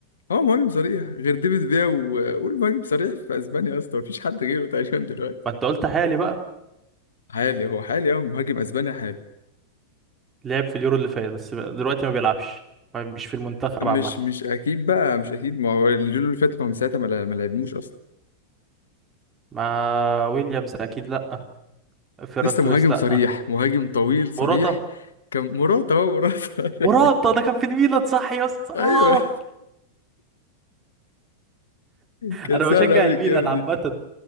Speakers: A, on the left; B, on the right.
A: اه مهاجم صريح غير ديفيد فيا وقول مهاجم صريح في اسبانيا يا اسطى مفيش حد غيره تقريبا دلوقتي
B: ما انت قلت حالي بقى
A: حالي هو حالي اه مهاجم اسباني حالي
B: لعب في اليورو اللي فات بس دلوقتي ما بيلعبش ما- مش في المنتخب
A: مش
B: عامة
A: مش اكيد بقى مش اكيد ما هو اليورو اللي فات ما هو من ساعتها ما لع- ما لعبنوش اصلا
B: ما ويليامز اكيد لا فيران
A: لسه
B: توريس
A: مهاجم
B: لا
A: صريح مهاجم طويل صريح
B: موراتا
A: كان مراته اهو مراته
B: مراتا
A: <laughs>
B: ده كان في الميلان صح يا اسطى اه
A: ايوه كان
B: انا
A: سهل
B: بشجع
A: قوي
B: الميلان
A: الجيم دي
B: عامه